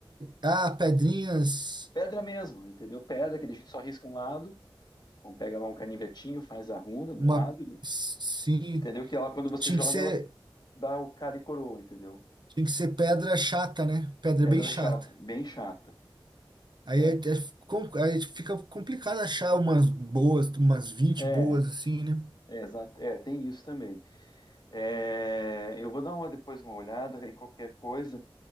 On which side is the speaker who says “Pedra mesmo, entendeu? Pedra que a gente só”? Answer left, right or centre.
Left